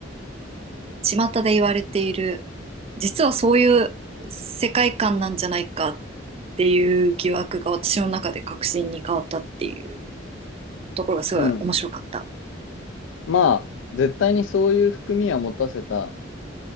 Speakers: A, on the right; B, on the left.
A: 巷で言われている、実はそういう世界観なんじゃないかっていう疑惑が私の中で確信に変わったっていうところがすごい面白かった。
B: うん。まあ、絶対にそういう含みは持たせた